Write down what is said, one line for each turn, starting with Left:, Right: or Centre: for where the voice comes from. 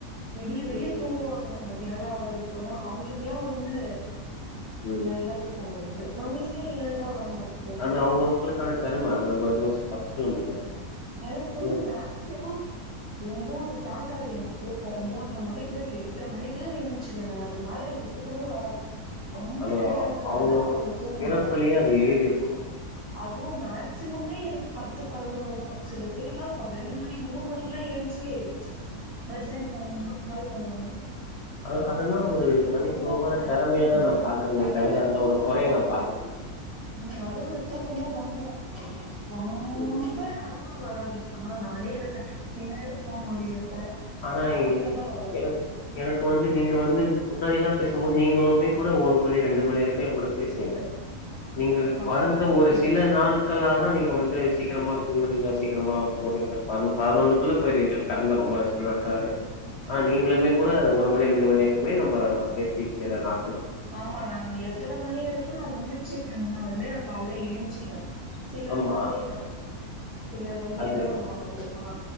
Right: விடிய விடிய
Left: ம்
Right: தூங்குவாங்க மத்தியானோ ஆகர வரைக்கு எல்லா அவங்களுக்குல்லா வந்து
Left: ம்
Right: நல்லா தூக்கோ வருது நம்மளுக்குல்லா ஏந்தா வரமாட்டுது
Left: அவுங்க <unintelligible> களுக்கான தெரம அது நம்ம ஏது ஸ்டாப் பண்ண முடியாது
Right: எனக்கு வந்து
Left: அது
Right: மேக்சிமம் ஒம்போது தாண்டாது எனக்கு தூக்கோ ஒம்போதர மணி கூட இல்ல எட்ர மணிக்கெல்லா முழுச்சுருவே நா அதுக்கு மேல எனக்கு தூக்கமே வராது ரொம்ப
Left: அது
Right: டயர்டா இருந்தது நா
Left: அவுங்கவுங்க
Right: தா அவ்ளோ தூங்குவே
Left: பிறப்புலயே
Right: நானு
Left: அது எழுதியிருக்கணு
Right: அதுவு மேக்சிமமே எனக்கு பத்து பதுனொன்னுதா சில பேருல்லா இப்ப ரெண்டு மணி மூணு மணி எல்லா ஏஞ்ச்சு மெசேஜ் பண்ணுவாங்க கால் பண்ணுவாங்க
Left: அது அதெல்லா ஒரு
Right: எனக்குல்லா
Left: தனித்துவமான
Right: ரொம்ப மேக்சிமம்
Left: தெறமையாதா
Right: அதா
Left: நா பாக்குறேனே
Right: அதே
Left: தவிர
Right: மாரி
Left: அதெல்லா
Right: தூக்கமு
Left: ஒரு கொறையா
Right: வந்துரு
Left: நா பாத்ததில்ல
Right: உம் அதூ ஒரு தூக்கமூ வந்துரு ரொம்
Left: ம்
Right: ரொம்ப நாதா வராது இப்பனா நானே என்ன கட்டுபத்தீன்னு ஃபோன் நோன்னிடீன்னு இர்ப்பே
Left: ஆனா
Right: அப்டின்னாதா வராது
Left: எனக் எனக்கு வந்து நீங்க வந்து முன்னாடில்லா பேசும்போது நீங்களுமே கூட ஒரு மணி ரெண்டு மணி வரைக்கு ஏங்கூட பேசுவீங்க நீங்க
Right: ம் அப்ப
Left: கொறந்த
Right: கூட தூங்கிடுவே
Left: ஒரு சில நாளு க்களாக தா நீங்க வந்து சீக்கிரமாக தூங்குறீங்க சீக்கிரமாக போடுறீங்க ப பதினொன்னுக்குள்ள போயிறீங்க கறந்து ரொம்ப லவுக்காக அ நீங்ளுமே கூட ஒரு மணி ரெண்டு மணி வரைக்குமே நம்ப பேசிக்கலலா
Right: ஆம்மா நா எத்தன மணி வரைக்கு நா முழிச்சட்ருந்தாலுமே நா காலல ஏச்ஞ்சிடுவ சிலர்
Left: ஆமா
Right: மாதிரி நா இல்ல சிலர் வந்து
Left: அது
Right: என்ன பண்ணுவாங்க தெரியுமா